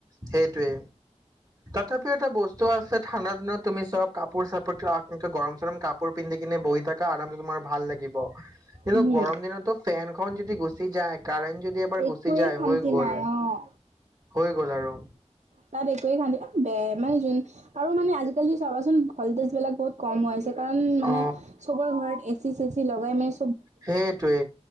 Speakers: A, on the right; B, on the right.
A: সেইটোৱে তাপা এটা বস্তু আছে ঠাণ্ডা দিনত তুমি চব কাপোৰ চাপোৰ গৰম চৰম কাপোৰ পিন্ধি কিনে বহি থাক থাকা আৰাম তোমাৰ ভাল লাগিৱ কিন্তু
B: উম।
A: গৰমদিনতো ফেন খন যদি গুচি যায় কাৰাৰেণ্ট যদি এবাৰ
B: একোৱেই
A: গুচি যায়
B: শান্তি
A: হৈ গ'ল
B: নাই অ',
A: হৈ গ'ল আৰু
B: তাত একোৱে খান দে বেয় মানে যোন আৰু মানে আজিকালি চাবাচোন ভলটেজবিলাক বহুত কম হৈ আছে কাৰণ মানে
A: অ
B: চবৰে ঘৰত এ চি চে চি লগাই মেলি
A: সেইটোৱে